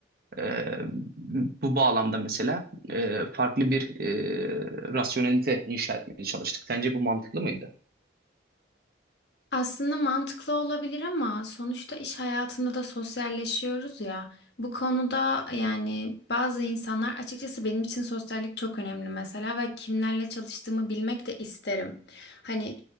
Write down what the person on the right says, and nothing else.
Ee, bu bağlamda mesela e, farklı bir e, rasyonelite inşa etmeye çalıştık. Sence bu mantıklı mıydı?